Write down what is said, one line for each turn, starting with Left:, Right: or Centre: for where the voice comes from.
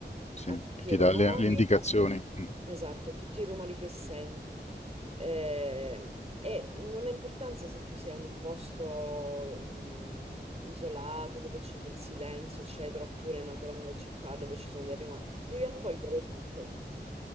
Left: sì,
Right: a tutti
Left: che ti
Right: i rumori
Left: dà le le indicazioni. Mh.
Right: Esatto, tutti i rumori che senti. Eh, e non ha importanza se tu sia in un posto mm, isolato dove c'è del silenzio, eccetera, oppure in una grande città dove ci sono dei rumori. Devi accogliere tutto